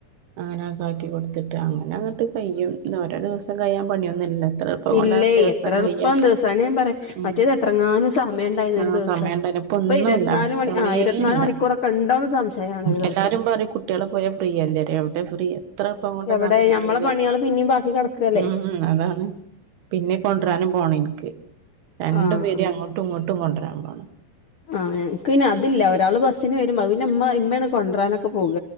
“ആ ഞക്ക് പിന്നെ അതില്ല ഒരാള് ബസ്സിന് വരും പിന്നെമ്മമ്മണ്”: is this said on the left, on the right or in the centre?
Left